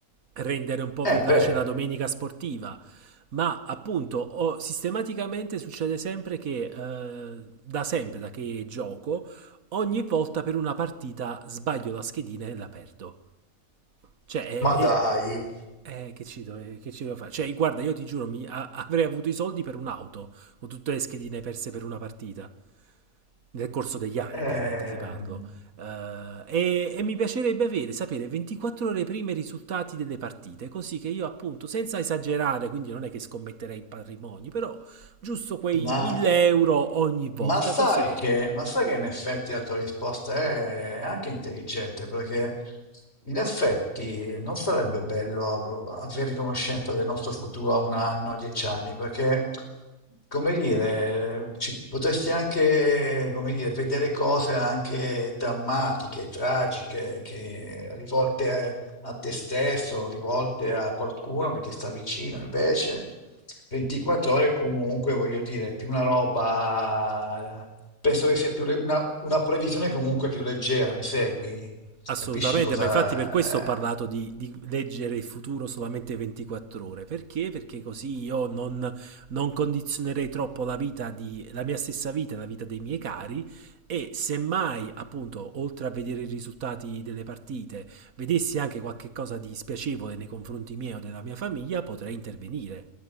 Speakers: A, on the right; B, on the left.
A: rendere un po'
B: Eh
A: vivace
B: beh,
A: la domenica sportiva. Ma appunto, ho- sistematicamente succede sempre che, eh, da sempre, da che gioco, ogni volta per una partita sbaglio la schedina e la perdo. Cioè, è,
B: ma
A: è-
B: dai,
A: eh, che ci dove- che ci doveva fare? Cioè, guarda, io ti giuro, mi- a- avrei avuto i soldi per un'auto, con tutte le schedine perse per una partita. Nel corso degli anni,
B: ehm,
A: ovviamente, ti parlo. Eh, e, e mi piacerebbe avere, sapere 24 ore prima i risultati delle partite, così che io, appunto, senza esagerare, quindi non è che scommetterei in patrimoni, però giusto quei
B: Ma,
A: 1000 euro ogni volta,
B: ma sai
A: così che
B: che, ma sai che in effetti la tua risposta è anche intelligente, perché in effetti non sarebbe bello av- avere conoscenza del nostro futuro a un anno, a dieci anni, perché, come dire, ci- potresti anche, come dire, vedere cose anche drammatiche, tragiche, che, rivolte a, a te stesso, rivolte a qualcuno che ti sta vicino, invece. 24 ore comunque, voglio dire, più una roba, penso che sia più le- una, una previsione comunque più leggera, mi segui?
A: Assolutamente,
B: Capisci cosa...
A: ma infatti per questo ho parlato
B: eh,
A: di, di leggere il futuro solamente 24 ore. Perché? Perché così io non, non condizionerei troppo la vita di, la mia stessa vita e la vita dei miei cari. E semmai, appunto, oltre a vedere i risultati delle partite, vedessi anche qualche cosa di spiacevole nei confronti miei o della mia famiglia, potrei intervenire.